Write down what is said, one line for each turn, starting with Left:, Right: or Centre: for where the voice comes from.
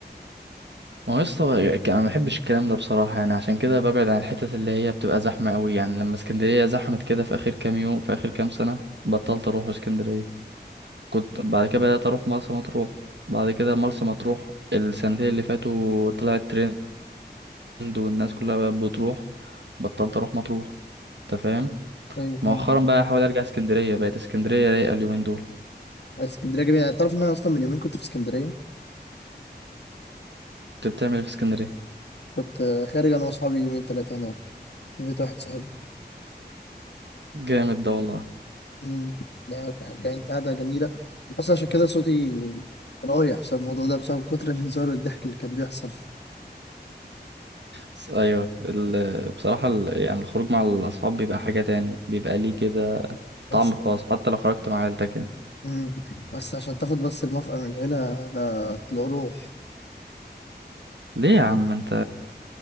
Right: ما هو يا اسطى ك- انا ما بحبش الكلام ده بصراحة يعني عشان كده ببعد عن الحتت اللي هي بتبقى زحمة قوي يعني لما اسكندرية زحمت كده في اخر كام يوم في اخر كام سنة بطلت اروح اسكندرية كنت بعد كده بدأت اروح مرسى مطروح بعد كده مرسى مطروح السنتين اللي فاتوا طلعت ترند والناس كلها بقت بتروح بطلت اروح مطروح انت فاهم
Left: ايوه
Right: مؤخرا
Left: فاهم
Right: بقى احاول ارجع اسكندريه بقت اسكندريه رايقه اليومين دول
Left: بس اسكندريه جميله تعرف ان انا اصلا من يومين كنت في اسكندريه
Right: انت بتعمل ايه في اسكندريه
Left: كنت خارج انا واصحابي يومين ثلاثه هناك في بيت واحد صاحبي
Right: جامد ده والله
Left: مم. لا كانت قاعدة جميلة بس عشان كده صوتي رايح عشان الموضوع ده بسبب كتر الهزار والضحك اللي كان بيحصل
Right: بس ايوه ال... بصراحه ال... يعني الخروج مع الاصحاب بيبقى حاجه تاني بيبقى ليه كده
Left: بس
Right: طعم خاص حتى لو خرجت مع عيلتك يعني
Left: مم. بس عشان تاخد بس الموافقة من العيلة ده طلع روح
Right: ليه يا عم انت